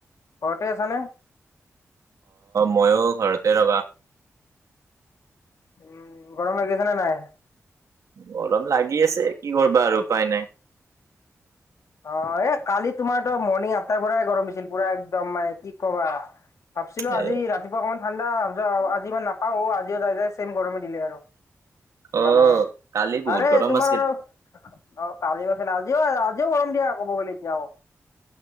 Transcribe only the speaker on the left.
ঘৰতে আছানে
উম গৰম লাগিছে নে নাই
অ এ কালি তোমাৰ তো মৰ্ণিং আঠটাৰ পৰাই গৰম হৈছিল পুৰা একদম মানে কি কবা ভাবছিলো আজি
ৰাতিপুৱা অকমান ঠাণ্ডা আজি ইমান নাপাও আজিও যাই ছেম গৰমে দিলে আৰু
মানে
আৰু
তোমাৰ
অ কালি বছলে আজি আজি গৰম দিয়া আকৌ ব বলে এতিয়া <unintelligible>